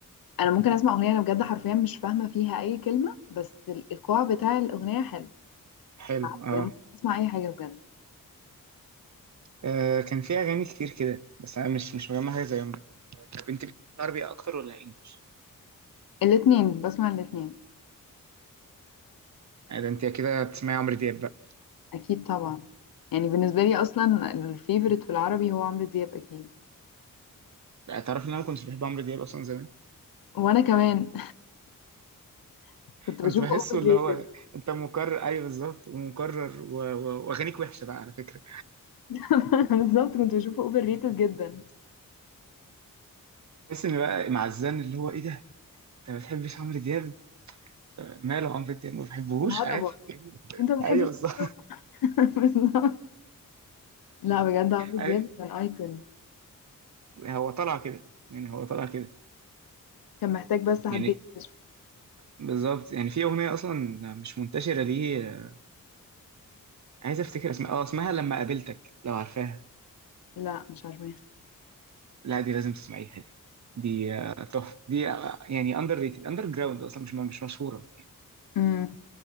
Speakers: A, on the left (about 85°); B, on the right (about 55°).
A: انا ممكن اسمع اغنيه انا بجد حرفيا مش فاهمه فيها اي كلمه بس الايقاع بتاع الاغنيه حلو
B: حلو
A: انا ممكن
B: اه
A: اسمع اي حاجه بجد
B: آه، كان في اغاني كتير كده بس انا مش مش مجمع حاجه زيهم طب انت بتحبي عربي اكتر ولا انجلش
A: الاتنين بسمع الاتنين
B: آه، ده انت كده بتسمعي عمرو دياب بقى
A: اكيد طبعا يعني بالنسبه لي اصلا الفيفوريت في العربي هو عمرو دياب اكيد
B: لا، تعرف ان انا ما كنتش بحب عمرو دياب اصلا زمان
A: وانا كمان <laughs> كنت بشوفه
B: كنت بحسه
A: اوفر
B: اللي
A: ريتد
B: هو انت مكرر ايوه بالظبط ومكرر و- و- واغانيك وحشه بقى على فكره
A: <laughs> بالظبط كنت بشوفه اوفر ريتد جدا
B: تحس ان بقى معزان اللي هو ايه ده انت ما بتحبش عمرو دياب طب ماله عمرو دياب ما بحبهوش
A: الهضبه
B: عادي <laughs>
A: انت ما بتحبش
B: ايوه بالظبط
A: الهضبة؟ <laughs> بالظبط لا بجد عمرو دياب
B: أيوة،
A: كان ايكون
B: هو طالع كده يعني هو طالع كده
A: كان محتاج بس حد
B: يعني
A: يكتشفه
B: بالظبط يعني في اغنيه اصلا مش منتشره دي آه، عايز افتكر اسمها اه اسمها لما قابلتك لو عارفاها
A: لا مش عارفه
B: لا دي لازم تسمعيها دي دي آه، تحفه دي آه، يعني اندر ريتد اندر جراوند اصلا مش مش مشهوره
A: امم